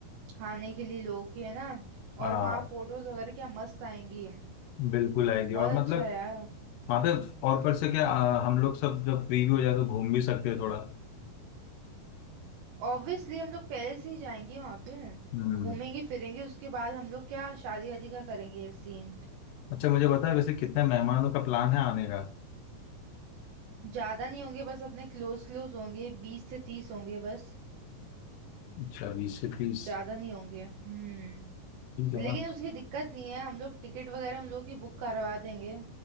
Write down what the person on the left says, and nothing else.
हाँ
बिल्कुल आएगी
और
मतलब
वहां पे और पर से क्या आ, हम लोग सब जब फ्री भी हो जाए तो घूम भी सकते हैं थोड़ा
हम्म
अच्छा मुझे पता है वैसे कितने मेहमानों का प्लान है आने का
अच्छा बीस से तीस
ठीक है
ना